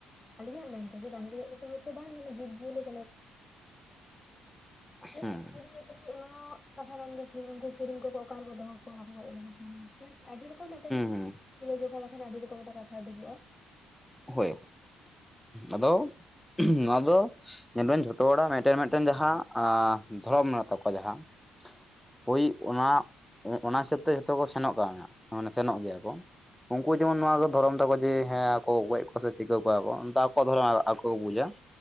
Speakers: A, on the left (about 25°); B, in the centre.
A: ᱟᱹᱞᱤᱧᱟᱜ ᱢᱮᱱᱫᱟ ᱡᱮ ᱰᱟᱝᱨᱤ ᱜᱚᱡ ᱨᱮᱛ ᱦᱳᱭ ᱛᱚ ᱵᱟᱝ ᱞᱮ <inaudible> ᱱᱤᱡᱮᱨ
B: ᱦᱩᱸ
A: ᱛᱮᱢ ᱠᱤᱨᱤᱧ ᱟᱹᱠᱷᱤᱨᱤᱧ ᱚᱱᱟ ᱦᱚᱸ ᱠᱟᱛᱷᱟ ᱜᱮ ᱩᱱᱠᱩ ᱠᱤᱨᱤᱧ ᱠᱚ ᱠᱚ ᱚᱠᱟ ᱨᱮᱠᱚ ᱫᱚᱦᱚ ᱠᱚᱣᱟ ᱠᱚ ᱜᱚᱡ ᱞᱮᱠᱷᱟᱱ? ᱟᱹᱰᱤ ᱨᱚᱠᱚᱢ ᱢᱤᱫᱴᱮᱱ
B: ᱦᱩᱸ
A: ᱛᱩᱞᱟᱹ ᱡᱚᱠᱷᱟ ᱞᱮᱠᱷᱟᱱ ᱟᱹᱰᱤ ᱨᱚᱠᱚᱢ ᱛᱮ ᱠᱟᱛᱷᱟ ᱩᱰᱩᱠᱚᱜᱼᱟ ᱾
B: ᱦᱳᱭ, ᱟᱫᱚ ᱱᱚᱣᱟ ᱫᱚ, ᱢᱮᱱ ᱫᱟᱹᱧ ᱡᱷᱚᱛᱚ ᱦᱚᱲᱟᱜ ᱢᱤᱫᱴᱮᱱ ᱢᱤᱫᱴᱮᱱ ᱡᱟᱦᱟᱸ ᱫᱷᱚᱨᱚᱢ ᱢᱮᱱᱟᱜ ᱛᱟᱠᱚᱣᱟ ᱡᱟᱦᱟᱸ, ᱦᱳᱭ ᱚᱱᱟ ᱚᱱᱟ ᱦᱤᱥᱟᱹᱵᱽ ᱛᱮ ᱡᱷᱚᱛᱚ ᱠᱚ ᱥᱮᱱᱚᱜ ᱠᱟᱱᱟ ᱢᱟᱱᱮ ᱥᱮᱱᱚᱜ ᱜᱮᱭᱟ ᱠᱚ ᱾ ᱩᱱᱠᱩ ᱡᱮᱢᱚᱱ ᱱᱚᱣᱟ ᱠᱚ ᱫᱷᱚᱨᱚᱢ ᱛᱟᱠᱚ ᱡᱮ ᱦᱮᱸ, ᱠᱚ ᱜᱚᱡ ᱟᱠᱣᱟ ᱥᱮ ᱪᱤᱠᱟᱹ ᱠᱚᱣᱟ ᱠᱚ ᱚᱱᱟ ᱫᱚ ᱟᱠᱚᱣᱟᱜ ᱫᱷᱚᱨᱚᱱ ᱟᱠᱚ ᱠᱚ ᱵᱩᱡᱟ ᱾